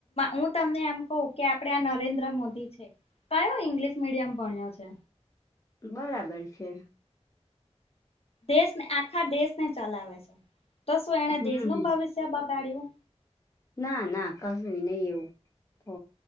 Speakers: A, on the left; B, on the left.
A: હું તમને એમ કહૂ કે આપડે આ નરેન્દ્ર મોદી છે કયો ઇંગ્લિશ મીડિયમ ભણ્યો છે
B: બરાબર છે
A: દેશને આખા દેશ ને ચલાવે છે તો શું એને
B: હમ
A: દેશનું ભવિષ્ય બગાડ્યું
B: ના ના કશું નહી એવું તો